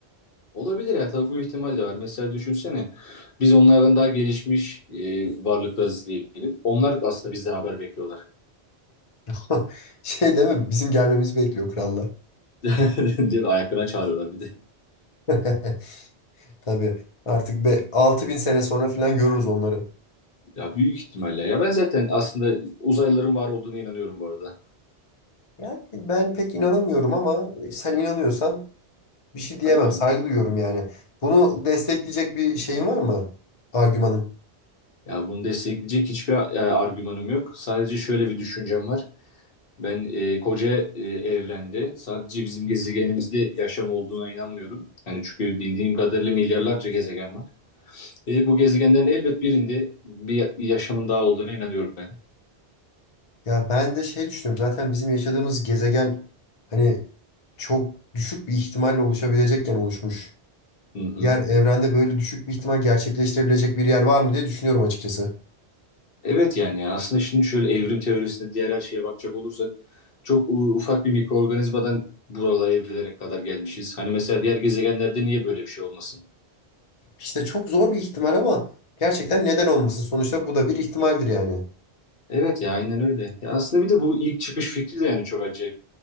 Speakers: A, on the left; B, on the left.
A: Olabilir ya tabii bu ihtimal de var. Mesela düşünsene biz onlardan daha gelişmiş e, varlıklarız diyelim. Onlar aslında bizden haber bekliyorlar.
B: <laughs> Şey değil mi? Bizim gelmemizi bekliyor krallar.
A: <laughs> Değil mi? Ayaklarına çağırıyorlar bir de.
B: <laughs> Tabii. Artık be 6000 sene sonra falan görürüz onları.
A: Ya büyük ihtimalle ya ben zaten aslında uzaylıların var olduğuna inanıyorum bu arada.
B: Yani ben pek inanamıyorum ama sen inanıyorsan bir şey diyemem.
A: Saygı duyuyorum.
B: Saygı duyuyorum yani. Bunu destekleyecek bir şeyin var mı? Argümanın.
A: Ya bunu destekleyecek hiçbir e, argümanım yok. Sadece şöyle bir düşüncem var. Ben e, koca e, evrende sadece bizim gezegenimizde yaşam olduğuna inanmıyorum. Yani çünkü bildiğim kadarıyla milyarlarca gezegen var. Ve bu gezegenlerin elbet birinde bir yaşamın daha olduğuna inanıyorum ben.
B: Ya ben de şey düşünüyorum. Zaten bizim yaşadığımız gezegen hani çok düşük bir ihtimalle oluşabilecekken oluşmuş.
A: Hı hı.
B: Yer evrende böyle düşük bir ihtimal gerçekleştirebilecek bir yer var mı diye düşünüyorum açıkçası.
A: Evet yani ya, aslında şimdi şöyle evrim teorisine diğer her şeye bakacak olursak çok u- ufak bir mikroorganizmadan buralara evrilere kadar gelmişiz. Hani mesela diğer gezegenlerde niye böyle bir şey olmasın?
B: İşte çok zor bir ihtimal ama gerçekten neden olmasın? Sonuçta bu da bir ihtimaldir yani.
A: Evet ya aynen öyle. Ya aslında bir de bu ilk çıkış fikri de yani çok acayip.